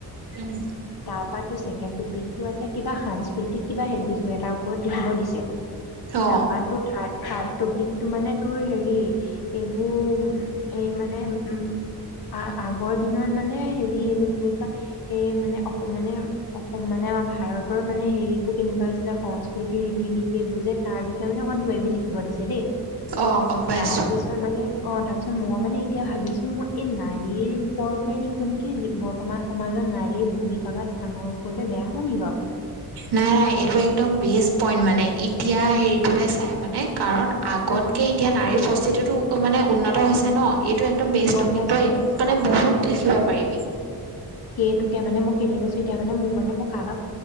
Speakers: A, on the right (about 75°); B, on the left (about 65°).
A: উম
B: তাৰপা তোৰ ছেকেণ্ড টপিটো আছে কিবা সাংস্কৃতিক কিবা সেই বিষয় এটাৰ ওপৰত লিখিব দিছে
A: অ
B: তাৰপা তোৰ থাৰ্ড খাদটো <inaudible> পিকটো মানে তোৰ হেৰি এইবোৰ এই মানে আ আগৰ দিনৰ মানে হেৰি এই কি বুলি কয় এই মানে মানে মানে আমাৰ ভাৰতৰ মানে হেৰিবোৰ কেনেকুৱা আছিলে সংস্কৃতি ৰীতি নীতি এইবোৰ যে তাৰ বিষয়ে মানে অকমাণ কিবাকিবি লিখিব দিছে দেই
A: অ গম পাইছো
B: তাৰপিছত মানে অ তাৰপিছ মই মানে এতিয়া ভাবিছো মই এই নাৰীৰ ওপৰতে লিখো নেকি বৰ্তমান সমাজত নাৰীৰ ভূমিকা বা স্থানৰ ওপৰতে বেয়া হব নেকি বাৰু
A: নাই নাই এইটো একদম বেষ্ট পইন্ট মানে এতিয়া হেৰিটোলে চাই মানে কাৰণ আগতকে
B: উম
A: এতিয়া নাৰীৰ উপস্হিতিটো টো মানে উন্নত হৈছে ন এইটো একদম বেষ্ট
B: গম
A: টপিক
B: পাইছো
A: তই এইটোত
B: অ
A: মানে বহুত লিখিব পাৰিবি
B: সেইটোকে মানে মই কেলে গৈছো এতিয়া মানে মোৰ মানে মই কাৰোবাক